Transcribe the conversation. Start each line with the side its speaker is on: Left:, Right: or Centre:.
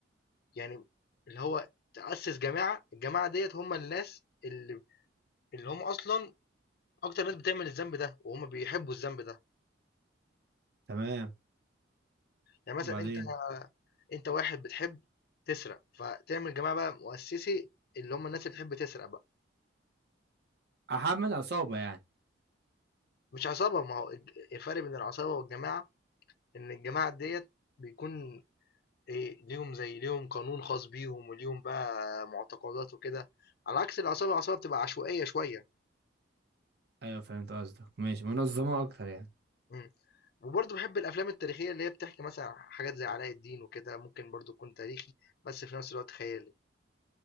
Left: يعني اللي هو تأسس جماعة الجماعة ديت هم الناس اللي اللي هم أصلا أكتر ناس بتعمل الذنب ده وهم بيحبوا الذنب ده
Right: تمام
Left: يعني مثلا
Right: وبعدين
Left: أنت أنت واحد بتحب تسرق فتعمل جماعة بقى مؤسسي اللي هم الناس اللي بتحب تسرق بقى
Right: احمل عصابة يعني
Left: مش عصابة ما هو الج- الفرق بين العصابة والجماعة إن الجماعة ديت بيكون إيه ليهم زي ليهم قانون خاص بيهم وليهم بقى معتقدات وكده على عكس العصابة العصابة بتبقى عشوائية شوية
Right: ايوه فهمت قصدك ماشي منظمة اكتر يعني
Left: إمم. وبرضه بحب الافلام التاريخيه اللي هي بتحكي مثلا حاجات زي علاء الدين وكده ممكن برضه يكون تاريخي بس في نفس الوقت خيالي